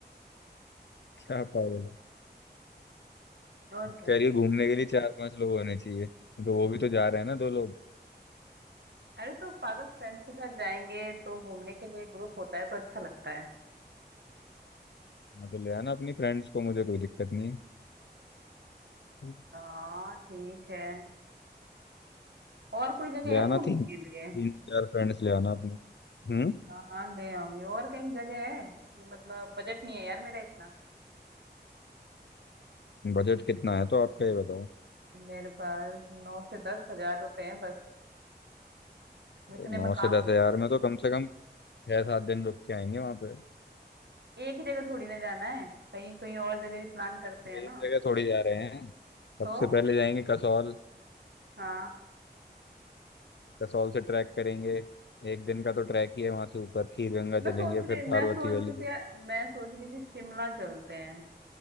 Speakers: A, on the left (about 80°); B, on the right (about 70°).
A: क्या पागल है
B: और क्या
A: कह रही है घूमने के लिए चार पांच लोग होने चाहिए तो वो भी तो जा रहे हैं ना दो लोग
B: अरे तो पागल फ्रेंड्स के साथ जाएंगे तो घूमने के लिए ग्रुप होता है तो अच्छा लगता है
A: हाँ तो ले आना अपनी फ्रेंड्स को मुझे कोई दिक्कत नहीं है
B: हाँ ठीक है और कोई जगह
A: ले आना
B: है घूमने
A: तीन तीन
B: के लिए
A: चार फ्रेंड्स ले आना अपने हम्म
B: हाँ हाँ ले आऊंगी और कहीं जगह है कि मतलब बजट नहीं है यार मेरा इतना
A: बजट कितना है तो आपका ये बताओ
B: मेरे पास नौ से दस हजार रुपए हैं बस
A: अरे
B: इतने
A: नौ
B: में कहाँ
A: से दस
B: घूम
A: हजार में तो कम से कम छह सात दिन रुक के आएंगे वहां पे
B: एक ही जगह थोड़ी ना जाना है कहीं कहीं और जगह भी प्लान करते हैं
A: एक
B: ना
A: जगह थोड़ी जा रहे हैं सबसे
B: तो
A: पहले जाएंगे कसौल
B: हाँ
A: कसौल से ट्रैक करेंगे एक दिन का तो ट्रैक ही है वहां से ऊपर खीर गंगा
B: मैं
A: चलेंगे
B: सोच रही
A: फिर
B: मैं
A: पार्वती
B: सोच
A: वैली
B: रही
A: देखेंगे
B: थी यार मैं सोच रही थी शिमला चलते हैं